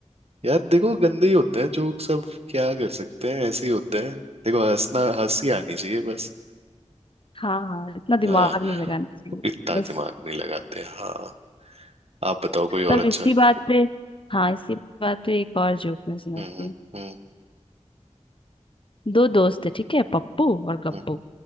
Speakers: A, on the right; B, on the left.
A: यार देखो गंदे ही होते हैं जोक सब क्या कर सकते हैं ऐसे ही होते हैं देखो हंसना हंसी आनी चाहिए बस
B: हाँ हाँ इतना दिमाग
A: हाँ
B: नहीं लगाना चाहिए
A: इतना
B: बस
A: दिमाग नहीं लगाते हाँ आप बताओ कोई
B: तब
A: और अच्छा
B: इसी बात पे हाँ इसी बात पे एक और जोक मैं सुनाती
A: हम्म
B: हूँ
A: हम्म
B: दो दोस्त है ठीक है पप्पू और गप्पू
A: हम्म